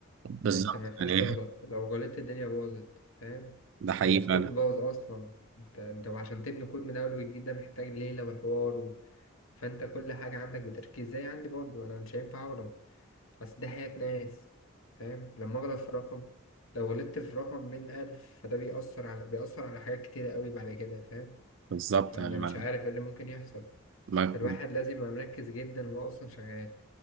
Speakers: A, on the right; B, on the left.
A: بالظبط
B: انت ما ينفعش
A: يعني
B: تغلط
A: إيه؟
B: لو غلطت الدنيا باظت فاهم
A: ده حقيقي
B: الكود
A: فعلا
B: باظ اصلا انت انت عشان تبني كود من اول وجديد ده محتاج ليلة وحوار و... فانت كل حاجة عندك بتركيز زي عندي برضه انا مش هينفع اغلط بس ده حياة ناس فاهم لما اغلط في رقم لو غلطت في رقم من ألف فده بيأثر على بيأثر على حاجات كتيرة قوي بعد كده فاهم
A: بالظبط
B: فأنا
A: يعني
B: مش
A: ما
B: عارف إيه اللي ممكن يحصل
A: ما
B: فالواحد لازم يبقى مركز جدا وهو أصلا شغال